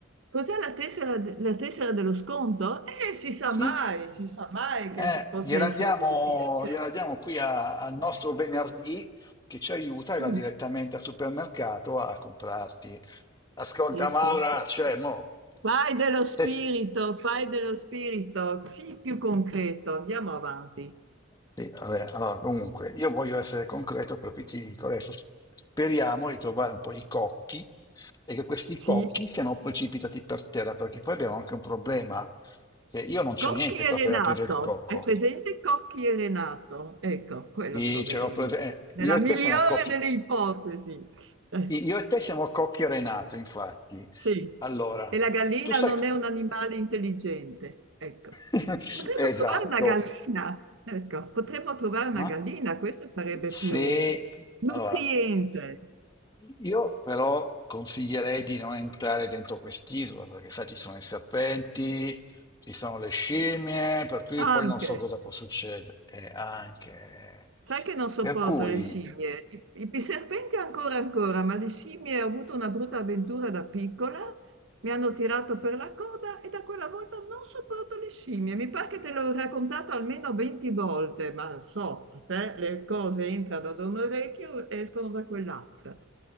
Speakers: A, on the right (about 65°); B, on the left (about 20°).
A: Cos'è la tessera, de- la tessera dello sconto? Eh, si sa
B: Sì,
A: mai, si sa mai che
B: eh,
A: se- possa
B: gliela
A: essere
B: diamo,
A: utile, certo.
B: gliela diamo qui a- al nostro venerdì che ci aiuta
A: Sì,
B: e va direttamente al supermercato a comprarti. Ascolta,
A: sì, sì,
B: Maura,
A: sì.
B: cioè, mo,
A: Fai dello
B: se...
A: spirito,
B: c-
A: fai dello spirito, sì, più concreto, andiamo avanti.
B: Sì, vabbè, allora, comunque, io voglio essere concreto, per cui ti dico adesso, s- speriamo di trovare un po' di cocchi e che questi
A: Sì.
B: cocchi siano precipitati per terra, perché poi abbiamo anche un problema, che io non c'ho
A: Cocchi
B: niente
A: e
B: qua
A: Renato,
B: per aprire il cocco.
A: hai presente Cocchi e Renato? Ecco, quello
B: Sì,
A: troveremo.
B: ce l'ho presa. eh,
A: Nella
B: Io e
A: migliore
B: te siamo cocchi.
A: delle ipotesi. Eh,
B: sì, Io e te siamo cocchi e Renato, infatti.
A: sì,
B: Allora,
A: e la gallina
B: tu sai.
A: non è un animale intelligente. Ecco,
B: <laughs>
A: potremmo
B: Esatto.
A: trovare una gallina. Ecco, potremmo trovare una
B: Ma
A: gallina, questo sarebbe
B: se
A: più nutriente
B: allora, io però consiglierei di non entrare dentro quest'isola, perché sai, ci sono i serpenti, ci sono le scimmie, per cui
A: anche.
B: poi non so cosa può succedere eh, anche.
A: Sai che non sopporto
B: Per cui.
A: le scimmie. I, i- i serpenti ancora ancora, ma le scimmie ho avuto una brutta avventura da piccola, mi hanno tirato per la coda e da quella volta non sopporto le scimmie. Mi pare che te l'ho raccontato almeno 20 volte, ma so, a te le cose entrano da un orecchio e escono da quell'altra.